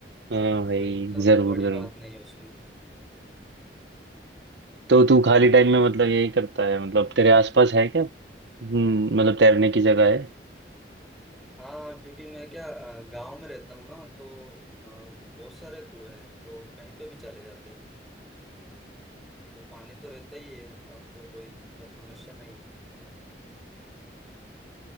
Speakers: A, on the right; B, in the centre.
A: हाँ भाई
B: कोई मतलब
A: जरूर
B: बड़ी
A: जरूर
B: बात नहीं है उसमें
A: तो तू खाली टाइम में मतलब यही करता है मतलब तेरे आसपास है क्या हम्म मतलब तैरने की जगह है
B: हाँ क्योंकि मैं क्या गांव में रहता हूँ ना तो अ, बहुत सारे कुएं हैं तो कहीं पे भी चले जाते हैं तो पानी तो रहता ही है अब तो कोई मतलब समस्या नहीं है